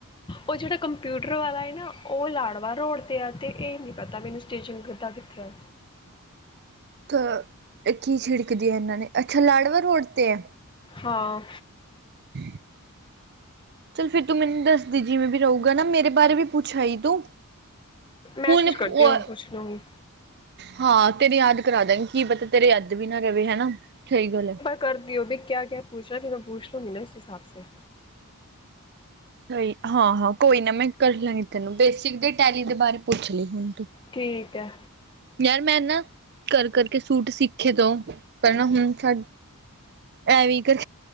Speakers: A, on the left (about 20°); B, on the right (about 50°).
A: ਓ ਜੇੜਾ ਕੰਪਿਊਟਰ ਵਾਲਾ ਏ ਨਾ, ਓ ਲਾਡਵਾ ਰੋੜ ਤੇ ਆ ਤੇ ਏ ਨੀ ਪਤਾ ਮੈਨੂੰ ਸਟੀਚਿੰਗ ਤਾ ਕਿੱਥੇ ਆ।
B: ਥ ਏ ਕੀ ਛਿੜਕਦੀ ਐਨਾਂ ਨੇ, ਅੱਛਾ ਲਾਡਵਾ ਰੋਡ ਤੇ ਐ।
A: ਹਾਂ।
B: <unintelligible> ਚੱਲ ਫਿਰ ਤੂੰ ਮੈਨੂੰ ਦੱਸਦੀ ਜਿਵੇਂ ਵੀ ਰਊਗਾ ਨਾ, ਮੇਰੇ ਬਾਰੇ ਵੀ ਪੁੱਛ ਆਈ ਤੂੰ।
A: ਮੈਸੇਜ
B: ਹੁਣ
A: ਕਰ
B: ਓਏ,
A: ਦਿਓ ਪੁੱਛ ਲੂੰਗੀ
B: ਹਾਂ ਤੇਰੇ ਯਾਦ ਕਰਦਾਂਗੀ, ਕੀ ਪਤਾ ਤੇਰੇ ਅੱਧ ਵੀ ਨਾ ਰਵੇ ਹੈਨਾ, ਸਈ ਗੱਲ ਐ।
A: ਕਰ ਦਿਓ ਵੀ ਕਿਆ ਕਿਆ ਪੂਛਣਾ, ਕਿ ਮੈਂ ਪੁੱਛ ਲੂੰਗੀ ਨਾ ਉਸ ਹਿਸਾਬ ਸੇ।
B: ਸਈ ਹਾਂ-ਹਾਂ ਕੋਈ ਨਾ ਮੈਂ ਕਰ ਲਾਂਗੀ ਤੈਨੂੰ, ਬੇਸਿਕ ਦੀ ਟੈਲੀ ਦੇ ਬਾਰੇ ਪੁੱਛਲੀ, ਹੁਣ ਤੂੰ
A: ਠੀਕ ਐ।
B: ਯਾਰ ਮੈਂ ਨਾ ਕਰ ਕਰਕੇ ਸੂਟ ਸਿੱਖੇ ਤੋਂ, ਪਰ ਨਾ ਹੁਣ ਸਾ ਐਵੀ ਕਰ,